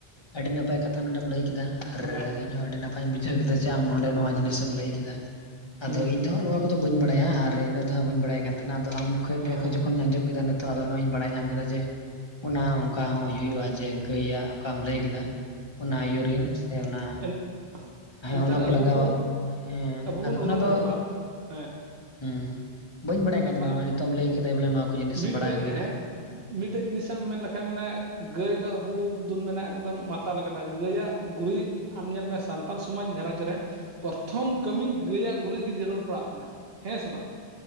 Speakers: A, on the left; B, on the right.
A: ᱟᱹᱰᱤ ᱱᱟᱯᱟᱭ ᱠᱟᱛᱷᱟ ᱱᱚᱸᱰᱮᱢ ᱞᱟᱹᱭ ᱠᱮᱫᱟ ᱟᱨ
B: ᱢᱟᱱᱮ ᱚᱱᱠᱟ
A: ᱤᱧ ᱦᱚᱸ ᱟᱹᱰᱤ ᱱᱟᱯᱟᱭ ᱵᱟᱹᱧ ᱵᱩᱡᱷᱟᱹᱣ ᱠᱮᱫᱟ ᱡᱮ ᱟᱢ ᱱᱚᱰᱮ ᱱᱚᱣᱟ ᱡᱤᱱᱤᱥᱮᱢ ᱞᱟᱹᱭ ᱠᱮᱫᱟ ᱟᱫᱚ
B: ᱦᱩᱸ ᱦᱩᱸ
A: ᱤᱧ ᱫᱚ ᱱᱚᱣᱟ ᱚᱱᱟ ᱠᱚᱫᱚ ᱵᱟᱹᱧ ᱵᱟᱲᱟᱭᱟ ᱟᱨ ᱤᱱᱟᱹᱜ ᱫᱚ ᱦᱟᱸᱜ ᱵᱟᱹᱧ ᱵᱟᱲᱟᱭ ᱠᱟᱱ ᱛᱟᱦᱮᱱᱟ ᱟᱢ ᱠᱷᱚᱡ
B: ᱦᱮᱸ
A: ᱴᱷᱮᱜ
B: ᱦᱮᱸ
A: ᱠᱷᱚᱡ ᱡᱚᱠᱷᱚᱱ ᱤᱧ ᱟᱡᱚᱢ ᱠᱮᱫᱟ ᱱᱤᱛᱚᱜ ᱛᱚ ᱟᱫᱚ ᱱᱚᱜ ᱚᱭ ᱤᱧ ᱵᱟᱲᱟᱭ ᱧᱟᱢ ᱠᱮᱫᱟ ᱡᱮ ᱚᱱᱟ ᱚᱱᱠᱟ ᱦᱚᱸ ᱦᱩᱭᱩᱜᱼᱟ ᱡᱮ ᱜᱟᱹᱭ ᱟᱜ ᱚᱠᱟᱢ ᱞᱟᱹᱭ ᱠᱮᱫᱟ ᱚᱱᱟ ᱤᱭᱩᱨᱤᱱ ᱥᱮ ᱚᱱᱟ
B: ᱦᱮᱸ ᱮᱱ
A: ᱦᱮᱸ
B: ᱮᱱᱛᱮᱫ
A: ᱚᱱᱟ ᱠᱚ
B: ᱟᱵᱚ
A: ᱞᱟᱜᱟᱣᱼᱟ
B: ᱵᱚᱱ
A: ᱦᱮᱸ
B: ᱟᱵᱚ ᱵᱚᱱ
A: ᱟᱫᱚ ᱚᱱᱟ
B: ᱚᱱᱩᱵᱷᱚᱵᱟ
A: ᱫᱚ
B: ᱦᱮᱸ
A: ᱦᱩᱸ ᱵᱟᱹᱧ ᱵᱟᱲᱟᱭ ᱠᱟᱱ ᱛᱟᱦᱮᱱᱟ
B: ᱢᱟᱱᱮ
A: ᱱᱚᱜ ᱚᱭ ᱱᱤᱛᱚᱝ ᱞᱟᱹᱭ ᱠᱮᱫ ᱵᱚᱞᱮ ᱱᱚᱣᱟ ᱠᱚ ᱡᱤᱱᱤᱥ
B: ᱢᱤᱫᱴᱮᱡ
A: ᱵᱟᱲᱟᱭ ᱦᱩᱭᱱᱟ
B: ᱦᱮᱸ ᱢᱤᱫᱴᱮᱡ ᱡᱤᱱᱤᱥᱟᱜ ᱮᱢ ᱢᱮᱱᱞᱠᱷᱟᱱᱡ ᱢᱟᱱᱮ ᱜᱟᱹᱭ ᱫᱚ ᱟᱵᱩ ᱫᱚ ᱢᱮᱱᱟ ᱟᱠᱟᱫᱟ ᱢᱟᱛᱟ ᱞᱮᱠᱟᱱᱟᱭ ᱜᱟᱹᱭ ᱟᱜ ᱜᱩᱨᱤᱡ ᱟᱢ ᱧᱮᱞ ᱢᱮ ᱥᱟᱱᱛᱟᱞ ᱥᱚᱢᱟᱡᱽ ᱜᱷᱟᱨᱚᱸᱡᱽ ᱨᱮ ᱯᱨᱚᱛᱷᱚᱢ ᱠᱟᱹᱢᱤ ᱜᱟᱹᱭᱟᱜ ᱜᱩᱨᱤᱡ ᱜᱮ ᱡᱟᱹᱨᱩᱲ ᱯᱟᱲᱟᱜ ᱠᱟᱱᱟ ᱦᱮᱸ ᱥᱮ ᱵᱟᱝ